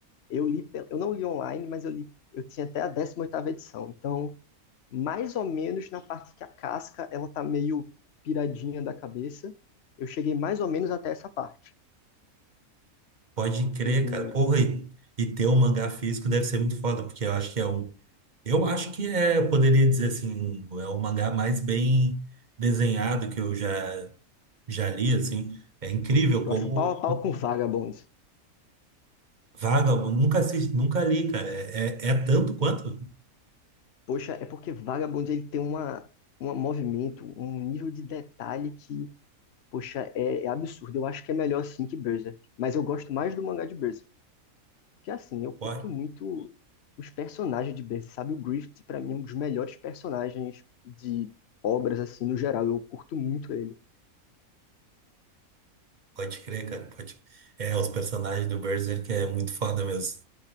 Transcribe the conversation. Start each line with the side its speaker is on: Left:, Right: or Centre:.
Left: Eu li, pe- eu não li online, mas eu li. Eu tinha até a décima oitava edição. Então, mais ou menos na parte que a casca, ela tá meio piradinha da cabeça. Eu cheguei mais ou menos até essa parte.
Right: <laughs> Pode crer,
Left: O do.
Right: cara. Porra, e, e ter um mangá físico deve ser muito foda, porque eu acho que é um. Eu acho que é, eu poderia dizer assim, um- é o mangá mais bem desenhado que eu já, já li, assim. É incrível
Left: Eu
Right: como.
Left: acho pau a pau com Vagabond.
Right: Vaga, eu nunca assisti, nunca li, cara. É, é, é tanto quanto?
Left: Poxa, é porque Vagabond ele tem uma, um movimento, um nível de detalhe que, poxa, é, é absurdo. Eu acho que é melhor assim que Berserk. Mas eu gosto mais do mangá de Berserk. Porque assim, eu curto
Right: Pode,
Left: muito os personagens de Berserk, sabe? O Griffith, pra mim, é um dos melhores personagens de obras, assim, no geral. Eu curto muito ele.
Right: pode crer, cara. Pode... É, os personagens do Berserk é muito foda mesmo.